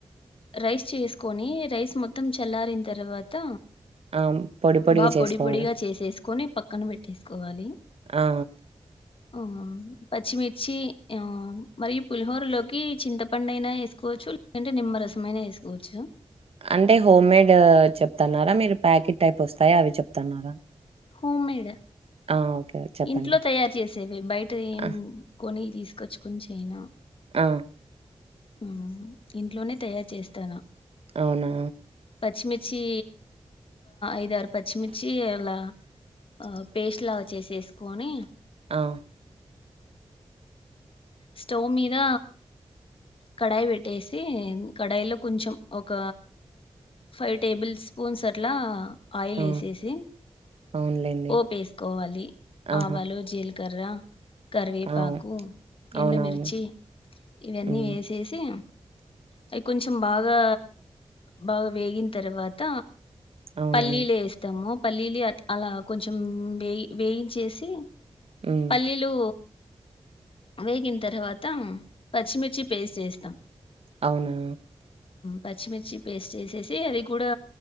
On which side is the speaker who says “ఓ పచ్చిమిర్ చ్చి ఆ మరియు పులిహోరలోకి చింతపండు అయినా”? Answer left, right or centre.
Left